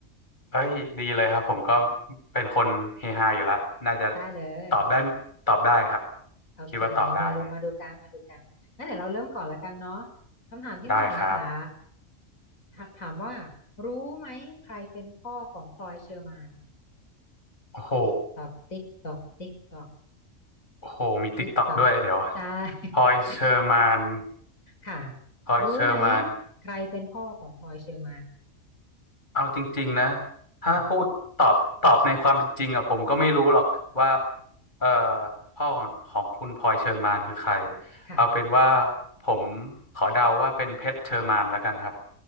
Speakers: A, on the left (about 35°); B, on the left (about 80°).
A: เอ้ยดีเลยครับผมก็เป็นคนเฮฮาอยู่ละน่าจะ
B: ได้เลย
A: ตอบได้ตอบได้ครับ
B: โอเคมาลงมาดูกันมาดูกันงั้นเดี๋ยวเราเริ่มก่อนละกันเนาะ
A: คิดว่าตอบได้นะ
B: คำถามที่หนึ่งนะคะ
A: ได้ครับ
B: ถถามว่ารู้ไหมใครเป็นพ่อของพลอยเชอร์มาน
A: โอ้โห
B: ติ๊กตอกติ๊กตอกติ๊กตอก
A: โอ้โหมีติ๊กต็อกด้วยเดี๋ยว
B: ติ๊กตอกใช่
A: พลอยเชอร์มาน
B: <laughs> ค่ะ
A: พลอยเชอร์มาน
B: รู้ไหมใครเป็นพ่อของพลอยเชอร์มาน
A: เอาจริงๆนะถ้าพูดตอบตอบในความเป็นจริงอะผมก็ไม่รู้หรอกว่า
B: ค่ะ
A: เอ่อพ่อของของคุณพลอยเชอร์มานคือใคร
B: ค่ะ
A: เอาเป็นว่าผมขอเดาว่าเป็นเพชรเชอร์มานแล้วกันครับ